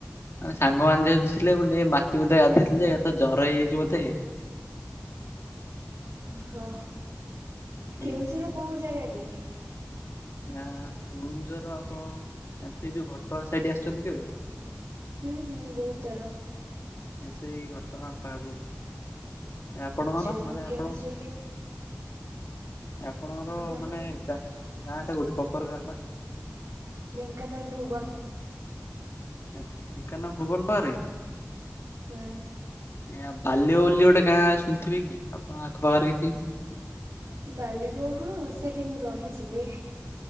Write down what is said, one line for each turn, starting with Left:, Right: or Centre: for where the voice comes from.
Left: ମାନେ ସାଙ୍ଗମାନୋନ ଯେହେତୁ ଥିଲେ ଟ ମାତିକୁ ଦେଇ ଗାଧେଇଥିଲେ ଯେ ତ ଜର ହେଇଯାଇଛି ମୋତେ।
Right: ଓହୋ
Left: ଆଜ୍ଞା।
Right: କେଉଁଝର କୋଉ ଜାଗା କି?
Left: ନା କେଉଁଝର ଆପଣ ଯୋଉ ଘଟଗା ସାଇଠି ଆସିଛନ୍ତି କେବେ?
Right: ହୁଁ ହୁଁ ବହୁତ ଥର।
Left: ସେଇ ଘଟ ଗା ପାହାପରେ ଆପଣଙ୍କର
Right: ଆଚ୍ଛା
Left: ମାନେ
Right: ମୁଁ କେଉଁଝରରୁ
Left: ଆପଣ? ଆପଣଙ୍କର
Right: ଆମର
Left: ମାନେ ଗାଁ ଟା କୋଉଠି ପ୍ରପର ଗାଁ ଟା?
Right: ଢେଙ୍କାନାଲ ଭୁବନ।
Left: ଙ୍କା ଢେଙ୍କାନାଳ ଭୁବନ ପରେ?
Right: ହୁଁ।
Left: ଆଇାଁ ବାଲ୍ୟୈ ବୋଲି ଗୋଟେ ଗାଁ ଶୁଣିଥିବେ କି? ଆପଣ ଆଖପାଖରେ କିଛି।
Right: ବାଲିିବୋ ହଁ, ସେଠି ମୁଁ ରହିଚିବି।